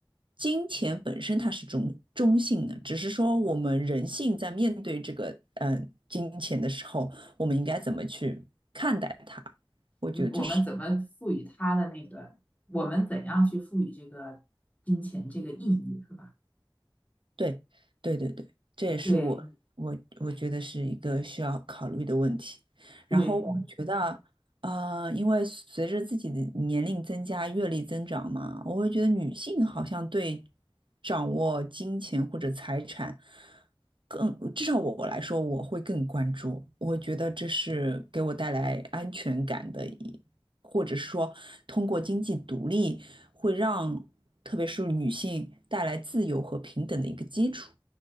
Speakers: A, on the right (about 75°); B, on the left (about 20°).
A: 金钱本身它是中中性的，只是说我们人性在面对这个嗯呃金钱的时候，我们应该怎么去看待它？我觉得这是
B: 嗯，我们怎么赋予它的那个，我们怎样去赋予这个金钱这个意义，是吧？
A: 对，对对对，这也是我我我觉得是一个需要考虑的问题。
B: 对对，
A: 然后我觉得，
B: 嗯
A: 呃，因为随着自己的年龄增加、阅历增长嘛，我会觉得女性好像对掌握金钱或者财产更，至少我来说，我会更关注。我觉得这是给我带来安全感的一。或者是说通过经济独立，会让特别是女性带来自由和平等的一个基础。